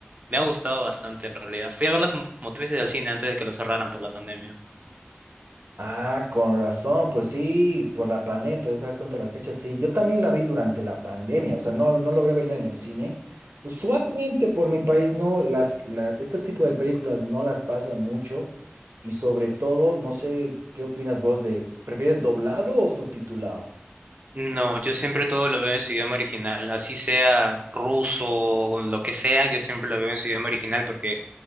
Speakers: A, on the right; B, on the right.
A: me ha gustado bastante en realidad. Fui a verla como como tres veces al cine antes de que lo cerraran por la pandemia.
B: Ah, con razón, pues sí, por la pandemia, te das da cuenta de las fechas, sí. Yo también la vi durante la pandemia, o sea, no, no logré verla en el cine. Usualmente por mi país no, las, las, este tipo de películas no las pasan mucho y sobre todo, no sé, ¿qué opinas vos de, prefieres doblado o subtitulado?
A: No, yo siempre todo lo veo en su idioma original, así sea ruso o lo que sea, yo siempre lo veo en su idioma original porque